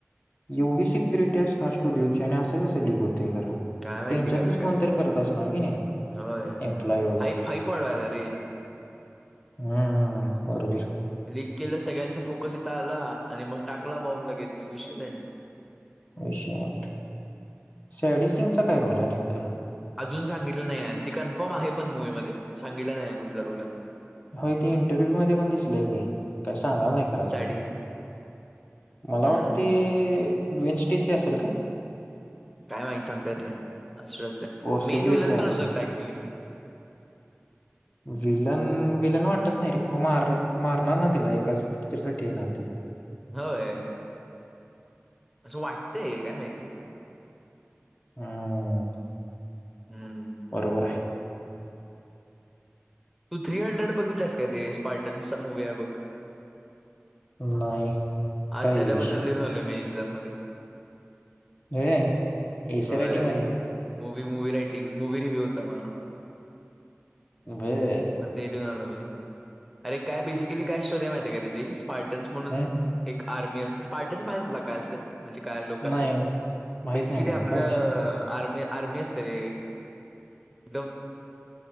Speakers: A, on the left (about 35°); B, in the centre.
A: एवढी सेिक्युरिटी असणार स्टुडिओची आणि असं स अलीक होत. ते
B: काय माहिती
A: त्यांच्यातलंच
B: कसं काय
A: कोणतरी करत असणार की नाही.
B: होय हाई
A: एम्प्लॉय
B: हाई पडवाय ला रे.
A: हम्मम्म बरोबर.
B: लिक केलं सगळ्यांचा फोकस इथ आला आणि मग टाकला बॉम्ब लगेच विशेल.
A: विषय शॅडी सिंगचा काय रोल आहे नेमका.
B: अजून सांगितलं नाही आहे ती कन्फर्म आहे पण मूवी मध्ये सांगितलं नाही आहे कुठेला रोल आहे.
A: होय ते इंटरव्ह्यू मध्ये पण दिसलेय की काय सांगाल नाही खरं अजून.
B: सॅडी हम्म
A: मला वाटते गविनस टीस असेल काय?
B: काय माही सांगता येत नाही असू शकत
A: पॉसिबिलिटी
B: मेन विलन
A: आहे.
B: पण असू शकत ऍक्चुली.
A: विलन विलन वाटत नाही रे मग मार मारणार ना तिला एकाच पिक्चर साठी येणार ती.
B: होय. असं वाटतय, काय माहिती?
A: हम्म.
B: हम्म
A: बरोबर आहे.
B: तू थ्री हंड्रेड बघितलास काय, ते स्पार्टन्सचा मुूवी आहे बघ?
A: नाही.
B: आज
A: काय
B: त्याच्याबद्दल
A: आहे विषय
B: लिहून आलोय मी एक्झाम मध्ये
A: <unintelligible> एसे
B: होय
A: रायटिंग वाणी
B: movie movie writing movie review होता आम्हाला.
A: बर
B: मग ते लिहुन आलो मी, अरे काय बेसिकली काय स्टोरी आहे माहिती आहे का तेझी? पार्टन्स म्हणून
A: हम्म,
B: एक आर्मी असते, पार्टन्स माहितय तुला काय असतय? म्हणजे काय लोक असल,
A: नाही माहित
B: बेसिकली
A: नाही मला
B: आपलं
A: काय विषय
B: आर्मी आर्मी असते रे, एकदम